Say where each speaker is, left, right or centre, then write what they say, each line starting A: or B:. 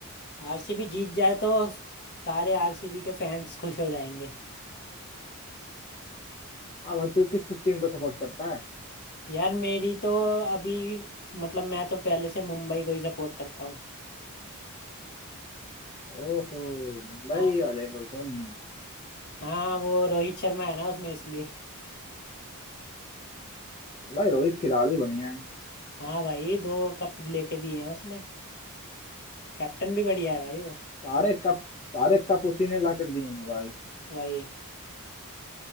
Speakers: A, on the left; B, on the left.
A: आरसीबी जीत जाए तो सारे आरसीबी के फैंस खुश हो जाएंगे
B: हाँ भाई तू किस किस टीम को सपोर्ट करता है
A: यार मेरी तो अभी मतलब मैं तो पहले से मुंबई को ही सपोर्ट करता हूँ
B: ओहो मुंबई
A: हाँ
B: वाले हो तुम
A: हाँ वो रोहित शर्मा है ना उसमें इसलिए
B: भाई रोहित खिलाड़ी बढ़िया है,
A: हाँ भाई दो कप लेके दिए हैं उसने कैप्टन भी बढ़िया है भाई वो
B: सारे कप सारे कप उसी ने ला कर दिए ना भाई
A: भाई